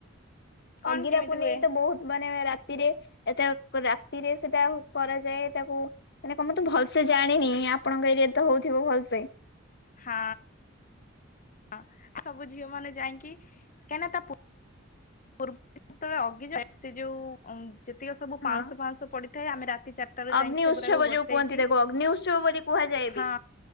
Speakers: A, on the left (about 40°); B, on the left (about 55°).
A: କଣ
B: ଅଗିରା
A: କେମିତି
B: ପୁନେଇଁ
A: ହୁଏ
B: ତ ବହୁତ ମାନେ ରା ରାତିରେ ଏଟା ରାତିରେ ସେଟା କରାଯାଏ ତାକୁ ମାନେ କ ମୁଁ ତ ଭଲସେ ଜାଣିନି। ଆପଣଙ୍କ ଏରିଆରେ ତ ହଉଥିବ ଭଲ ସେ
A: ହଁ। ହଁ ସବୁ ଝିଅ ମାନେ ଯାଇକି କାହିଁକି ନା ତା ପୁ ପୂର୍ବ ରୁ ଯେତେବେଳେ ଅଗି ଜଳେ ସେ ଯୋଉ ଯେତିକି ସବୁ
B: ହଁ।
A: ପାଉଁଶ ଫାଉଁଶ ପଡିଥାଏ ଆମେ ରାତି ଚାରିଟା ରୁ
B: ଅଗ୍ନି
A: ଯାଇକି ସେଗୁଡାକୁ
B: ଉତ୍ସବ
A: ଗୋଟେଇକି,
B: ଯୋଉ କୁହନ୍ତି ତାକୁ ଅଗ୍ନି ଉତ୍ସବ ବୋଲି କୁହାଯାଏ ବି।
A: ହଁ।